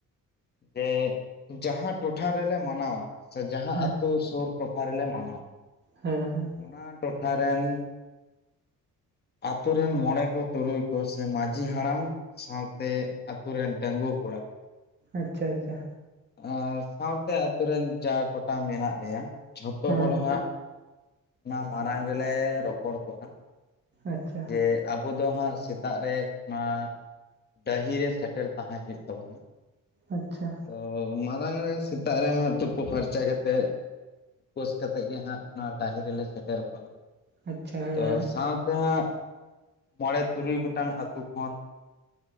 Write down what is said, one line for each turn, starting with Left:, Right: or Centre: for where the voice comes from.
Left: ᱡᱮ ᱡᱟᱦᱟᱸ ᱴᱚᱴᱷᱟ ᱨᱮᱞᱮ ᱢᱟᱱᱟᱣᱟ ᱥᱮ ᱡᱟᱦᱟᱸ
Right: ᱦᱮᱸ
Left: ᱟᱹᱛᱳ ᱥᱳᱨ ᱴᱚᱴᱷᱟ ᱨᱮᱞᱮ ᱢᱟᱱᱟᱣᱟ
Right: ᱦᱮᱸ
Left: ᱚᱱᱟ ᱴᱚᱴᱷᱟ ᱨᱮᱱ ᱟᱛᱳ ᱨᱮᱱ ᱢᱚᱬᱮ ᱠᱚ ᱛᱩᱨᱩᱭ ᱠᱚ ᱥᱮ ᱢᱟᱺᱡᱷᱤ ᱦᱟᱲᱟᱢ ᱥᱟᱶᱛᱮ ᱟᱛᱳ ᱨᱮᱱ ᱰᱟᱹᱜᱩᱣᱟ ᱠᱚᱲᱟ
Right: ᱟᱪᱪᱷᱟ ᱟᱪᱪᱷᱟ
Left: ᱟᱨ ᱥᱟᱶᱛᱮ ᱟᱹᱛᱳ ᱨᱮᱱ ᱡᱟ ᱠᱳᱴᱟ ᱢᱮᱱᱟᱜ ᱞᱮᱭᱟ ᱡᱷᱚᱛᱚ
Right: ᱦᱮᱸ
Left: ᱦᱚᱲ
Right: ᱦᱮᱸ
Left: ᱦᱟᱸᱜ ᱚᱱᱟ ᱢᱟᱨᱟᱝ ᱨᱮᱞᱮ ᱨᱚᱯᱚᱲ ᱠᱚᱝ ᱟ
Right: ᱟᱪᱪᱷᱟ
Left: ᱡᱮ ᱟᱵᱚ ᱫᱚ ᱦᱟᱸᱜ ᱥᱮᱛᱟᱜ ᱨᱮ ᱚᱱᱟ ᱰᱟᱹᱦᱤ ᱨᱮ ᱥᱮᱴᱮᱨ ᱛᱟᱦᱮᱸ ᱦᱩᱭᱩᱜ ᱛᱟᱵᱚᱱᱟ
Right: ᱟᱪᱪᱷᱟ
Left: ᱛᱚ ᱢᱟᱲᱟᱝ ᱨᱮ ᱥᱮᱛᱟᱜ ᱨᱮ ᱦᱟᱸᱜ ᱛᱳᱯᱳ ᱯᱷᱟᱨᱪᱟ ᱠᱟᱛᱮᱫ ᱩᱯᱟᱹᱥ ᱠᱟᱛᱮᱫ ᱜᱮ ᱦᱟᱸᱜ ᱚᱱᱟ ᱰᱟᱺᱦᱤ ᱨᱮᱞᱮ ᱥᱮᱴᱮᱨ ᱠᱚᱣᱟ
Right: ᱟᱪᱪᱷᱟ ᱦᱮᱸ
Left: ᱛᱚ ᱥᱟᱶᱛᱮ ᱦᱟᱸᱜ ᱢᱚᱬᱮ ᱛᱩᱨᱩᱭ ᱜᱚᱴᱟᱝ ᱟᱛᱳ ᱠᱷᱚᱱ